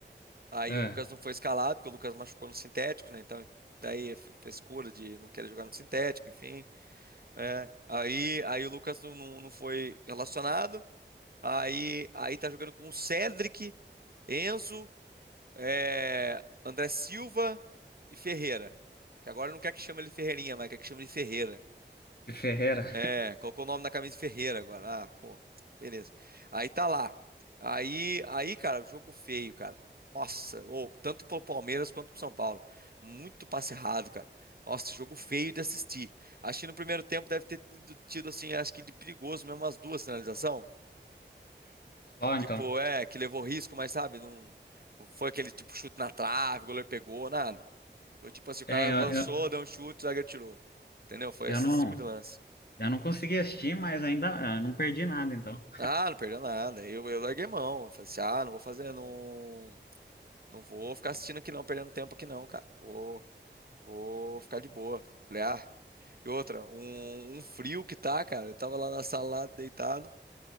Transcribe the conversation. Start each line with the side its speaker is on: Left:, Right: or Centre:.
Right: Aí
Left: É,
Right: o Lucas não foi escalado, porque o Lucas machucou no sintético, né? Então daí é f- frescura de não querer jogar no sintético, enfim. né? Aí aí o Lucas não, não não foi relacionado. Aí, aí tá jogando com o Cedric, Enzo, é, André Silva e Ferreira. Que agora não quer que chame ele Ferreirinha, mas quer que chame ele Ferreira.
Left: de Ferreira.
Right: É, colocou o nome na camisa de Ferreira agora. Ah, pô, beleza. Aí tá lá. Aí, aí, cara, jogo feio, cara. Nossa, ou tanto pro Palmeiras quanto pro São Paulo. Muito passe errado, cara. Nossa, jogo feio de assistir. Acho que no primeiro tempo deve ter tido, tido, assim, acho que de perigoso mesmo, umas duas finalizações.
Left: <laughs> Só então.
Right: Tipo, é, que levou risco, mas sabe, não, não foi aquele tipo chute na trave, o goleiro pegou, nada. Foi tipo assim, o
Left: É,
Right: cara avançou,
Left: eu, eu,
Right: deu um chute, o zagueiro tirou. Entendeu? Foi
Left: eu
Right: esse
Left: não,
Right: tipo de lance.
Left: eu não consegui assistir, mas ainda eh, não perdi nada, então.
Right: Ah, não perdeu nada. Eu, eu larguei mão. Eu Falei assim, ah, não vou fazer, não, não vou ficar assistindo aqui não, perdendo tempo aqui não, cara. Vou, vou ficar de boa. Falei, ah. E outra, um, um frio que tá, cara. Eu tava lá na sala, lá, deitado,